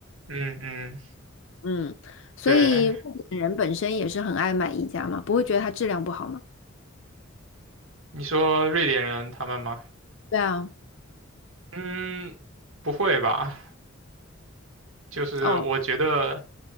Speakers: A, on the right (about 80°); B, on the left (about 65°).
A: 嗯嗯，
B: 嗯，所以日本人本身也是很爱买宜家嘛，
A: 对，
B: 不会觉得它质量不好嘛？
A: 你说瑞典人他们吗？
B: 对啊，
A: 嗯，不会吧？就是我觉得
B: 哦